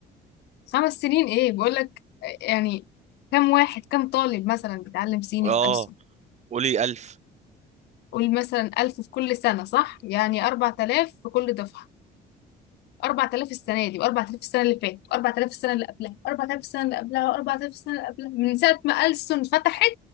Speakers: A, on the left; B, on the right.
A: خمس سنين ايه بقول لك يعني كم واحد كم طالب مثلا بيتعلم صيني
B: اه
A: في ألسن
B: قولي ألف
A: قول مثلا ألف في كل سنة صح يعني أربع آلاف في كل دفعة أربع آلاف السنة دي وأربع آلاف السنة اللي فاتت وأربع آلاف السنة اللي قبلها وأربع آلاف السنة اللي قبلها وأربع آلاف السنة اللي قبلها من ساعة ما ألسن فتحت